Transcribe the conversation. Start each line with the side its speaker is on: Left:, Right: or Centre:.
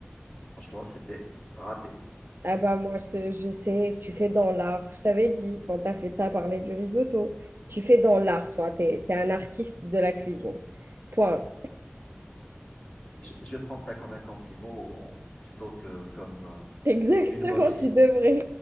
Left: Franchement, c'était raté.
Right: Ah bah moi, je, je sais, tu fais dans l'art. Je t'avais dit, quand t'as fait, t'as parlé du risotto, tu fais dans l'art, toi. T'es, t'es un artiste de la cuisine. Point.
Left: Je, je vais prendre ça comme un compliment plutôt que comme euh,
Right: Exactement,
Left: une moquerie.
Right: tu devrais.